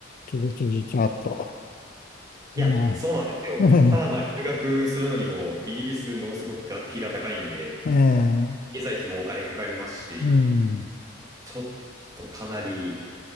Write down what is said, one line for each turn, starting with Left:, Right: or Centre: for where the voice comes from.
Left: ちびちびちゃっと。
Right: いや、
Left: うん。
Right: そうなんですよ。
Left: <laughs>
Right: ただ、まあ、留学するのにも、イギリスものすごく学費が高いんで、
Left: ええ
Right: 経済費もお金かかりますし、
Left: うん。
Right: ちょっとかなり、